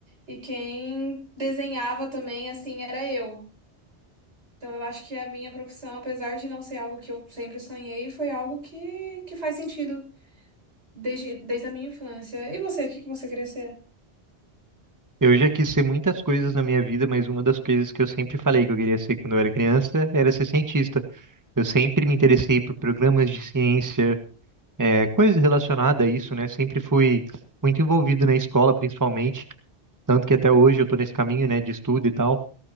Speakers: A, on the right; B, on the right.
A: e quem desenhava também, assim, era eu. Então eu acho que a minha profissão, apesar de não ser algo que eu sempre sonhei, foi algo que, que faz sentido desde, desde a minha infância. E você, o que que você queria ser?
B: Eu já quis ser muitas coisas na minha vida, mas uma das coisas que eu sempre falei que eu queria ser quando eu era criança era ser cientista. Eu sempre me interessei por programas de ciência, é, coisas relacionadas a isso, né? Sempre fui muito envolvido na escola, principalmente. Tanto que até hoje eu estou nesse caminho, né, de estudo e tal.